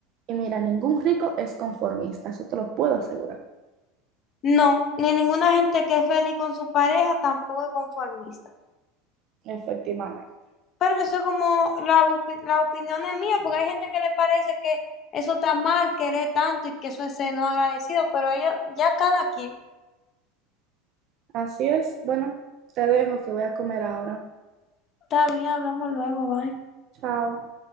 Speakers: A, on the right; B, on the left.
A: Y mira, ningún rico es conformista, eso te lo puedo asegurar.
B: No, ni ninguna gente que es feliz con su pareja tampoco es conformista.
A: Efectivamente.
B: Pero eso es como la, opi- la opinión es mía, porque hay gente que le parece que eso está mal, querer tanto y que eso es ser no agradecido, pero ellos, ya cada quien.
A: Así es. Bueno, te dejo que voy a comer ahora.
B: Está bien, hablamos luego, bye.
A: Chao.